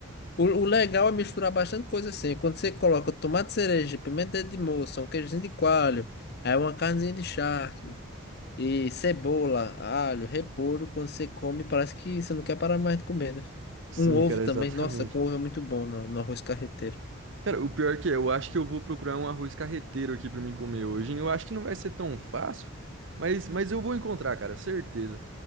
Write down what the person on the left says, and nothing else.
o, o legal é misturar bastante coisa assim. Quando você coloca tomate cereja, pimenta de moça, um queijinho de coalho, aí uma carnezinha de charque. E cebola, alho, repolho, quando você come, parece que você não quer parar mais de comer, né?
Um ovo
também,
nossa, com ovo é muito bom no, no arroz carreteiro.